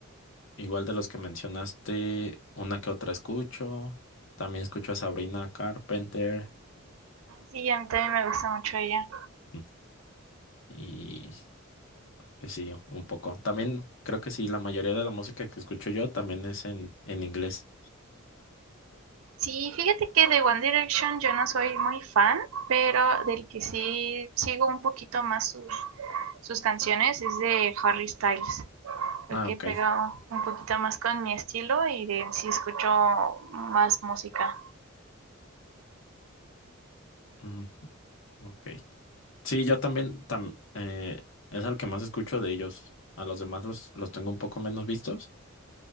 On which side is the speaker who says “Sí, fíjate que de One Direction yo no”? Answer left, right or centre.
Right